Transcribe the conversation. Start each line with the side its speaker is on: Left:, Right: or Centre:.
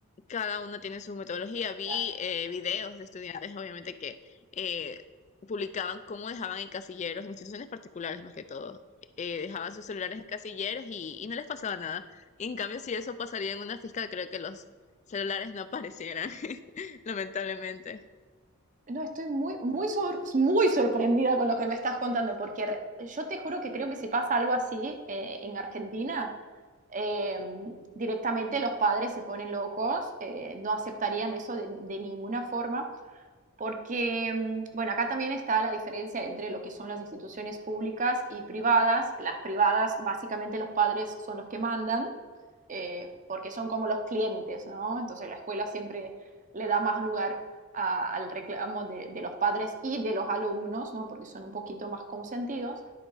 Left: cada una tiene su metodología. Vi
Right: claro.
Left: eh, videos de estudiantes, obviamente, que eh, publicaban cómo dejaban en casilleros, en instituciones particulares más que todo, eh, dejaban sus celulares en casilleros y, y no les pasaba nada. Y en cambio, si eso pasaría en una fiscal, creo que los celulares no aparecieran, <laughs> lamentablemente.
Right: No, estoy muy, muy, sor- muy sorprendida con lo que me estás contando, porque re- yo te juro que creo que si pasa algo así eh, en Argentina, eh, directamente los padres se ponen locos, eh, no aceptarían eso de, de ninguna forma, porque, mm, bueno, acá también está la diferencia entre lo que son las instituciones públicas y privadas. Las privadas, básicamente los padres son los que mandan, eh, porque son como los clientes, ¿no? Entonces la escuela siempre le da más lugar a- al reclamo de, de los padres y de los alumnos, ¿no? Porque son un poquito más consentidos.